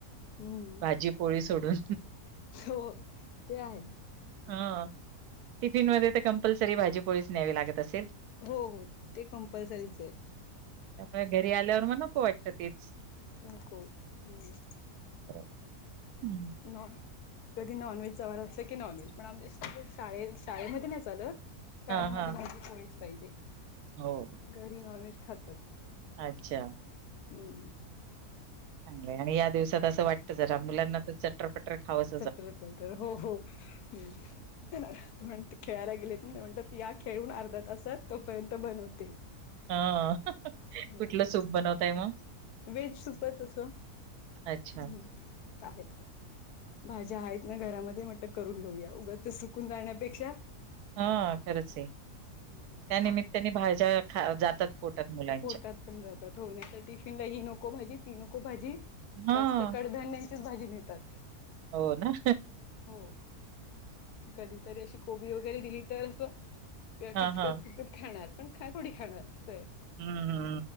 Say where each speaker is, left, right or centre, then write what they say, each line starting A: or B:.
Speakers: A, on the left; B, on the right.
A: हम्म
B: भाजी पोळी सोडून
A: हो ते आहे.
B: हा टिफिन मध्ये तर कंपल्सरी भाजी पोळीच न्यावी लागत असेल?
A: हो हो ते कंपल्सरीच आहे.
B: त्यामुळे घरी आल्यावर मग नको वाटत तेच.
A: नको हम्म.
B: बरोबर, हम्म.
A: नोन <unintelligible> कधी नॉनव्हेजचा वार असला की नॉनव्हेज पण आमलेट म्हणजे शाळेत शाळेमध्ये नाही चालत. शाळेमध्ये
B: हा हा
A: भाजी पोळीच पाहिजे.
B: हो.
A: घरी नॉनव्हेज खातात.
B: अच्छा.
A: हम्म.
B: चांगल हाय. आणि या दिवसात असं वाटतं जरा मुलांना तर च टरपटर खावच
A: <unintelligible> हो हो. <unintelligible> ते खेळायला गेलेत. मी म्हंटल ती या खेळून अर्ध्या तासात तोपर्यंत बनवते.
B: हा.
A: हम्म
B: कुठलं सूप बनवताय मग?
A: व्हेज सुप हाय तसं, ‌
B: अच्छा.
A: हम्म. आहेत. भाज्या आहेत ना घरामध्ये म्हटलं करून घेऊया. उग ते सुकून जाण्यापेक्षा
B: हा खरच आहे.
A: हम्म.
B: त्या निमित्याने भाज्या खा जातात. पोटात मुलां
A: पोटात पण जातं हो नाहीतर टिफिनला ही नको भाजी ती नको भाजी.
B: हां,
A: जास्त कडधान्यांचीच भाजी नेतात.
B: हो ना?
A: हो. कधीतरी अशी कोबी वगैरे दिली तर असं किंवा
B: हां,
A: किचकच
B: हां.
A: किचकत खाणार, पण खाण थोडी खाणार असं आहे.
B: हम्म.